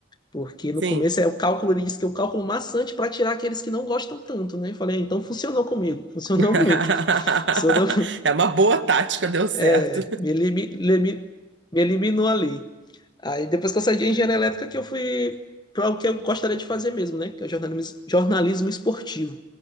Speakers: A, on the left; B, on the right.
A: Porque
B: Sim.
A: no começo é o cálculo, ele disse que é o cálculo maçante para tirar aqueles que não gostam tanto, né? Eu falei, ah, então funcionou comigo, <laughs> funcionou
B: <laughs>
A: muito. Funcionou,
B: É uma boa tática, deu certo.
A: é, me, elimi- elimi- me eliminou ali. Aí depois que eu saí de engenharia elétrica, que eu fui para o que eu gostaria de fazer mesmo, né? Que é o jornalismo, jornalismo esportivo.